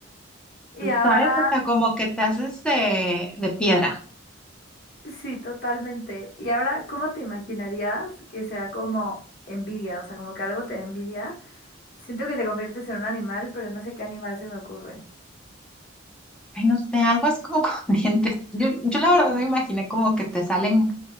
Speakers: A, on the left (about 50°); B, in the centre.
A: Y ahora,
B: ¿sabes? O sea, como que te haces de, de piedra.
A: sí, totalmente. Y ahora, ¿cómo te imaginarías que sea como envidia? O sea, como que algo te da envidia. Siento que te conviertes en un animal, pero no sé qué animal se me ocurre.
B: Ay, no sé, algo así como con <laughs> dientes. Yo, yo la verdad me imaginé como que te salen,